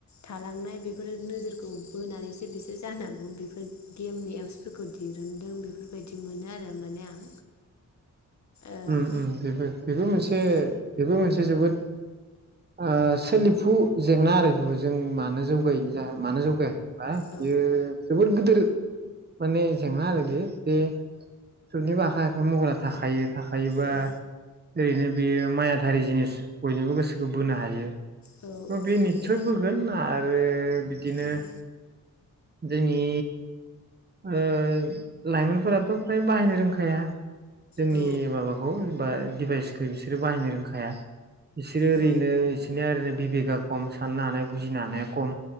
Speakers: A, on the left; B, on the right.
A: थालांनाय बेफोर नोजोरखौ बोनानैसो बिसोर जानांगौ बेफोर गेमनि एपसफोरखौ दिरुनदों बेफोरबायदि मोनो आरो माने आं ओ
B: ओम ओम बेबो बेबो मोनसे
A: औ
B: बेबो मोनसे जोबोद ओ सोलिफु जेंना आरो बेबो जों मानो जौगायि जाहो मानो जौगायाखै होनबा
A: औ
B: बियो जोबोद गिदोर माने जेंना आरो बियो बे सुनि बाहा बे मबाइला थाखायो थाख हायोबा
A: औ
B: ओरैनो बेयो मायाधारि जिनिस बयनिबो गोसोखौ बोनो हायो।
A: औ
B: ओम
A: औ
B: बे
A: हायो
B: निस्सय बोगोन आ रो बिदिनो
A: उम
B: जोंनि ओ लाइमोनफोराथ' फ्राय बाहायनो रोंखाया जोंनि
A: औ
B: माबाखौ होनबा डिभाइसखौ बिसोरो बाहायनो रोंखाया बिसोरो ओरैनो
A: औ
B: इसोरनिया आरैनो बिबेका खम साननो हानाय बुजिनो हानाया खम